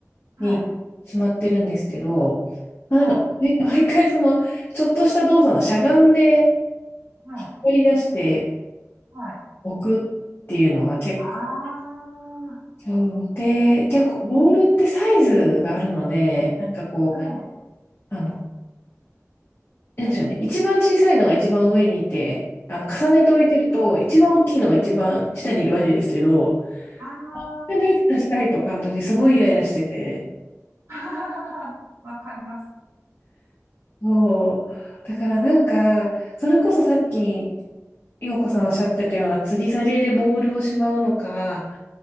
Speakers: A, on the right; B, on the left.
A: はい、
B: にしまってるんですけど、まあ、
A: は
B: なんか、ね <laughs> 毎回その、ちょっとした動作のしゃがんで、
A: い、はい、
B: 引っ張り出して
A: はい。
B: おくっていうのが結構、
A: あー、
B: そうで、結構、
A: あ
B: ボールってサイズがあるので、なんかこう、
A: はい、はい
B: あの、なんでしょうね。一番小さいのが一番上にいて、あの、重ねて置いてると、一番大きいのが一番下にいるわけですけど、
A: あ
B: そのやつ出したいとかの時、すごいイライラしてて。
A: ー、<laughs> わかります。
B: そう。だからなんか、それこそさっき、陽子さんおっしゃってたような、吊り下げでボールをしまうのか、